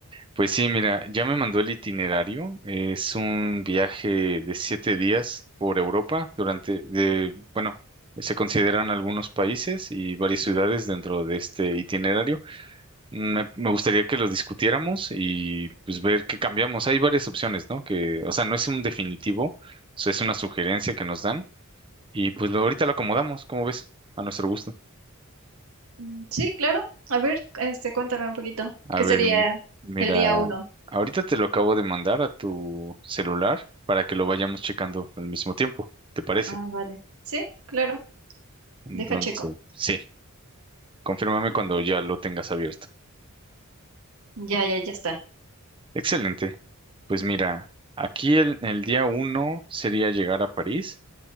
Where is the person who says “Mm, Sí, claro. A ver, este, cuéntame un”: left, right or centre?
Right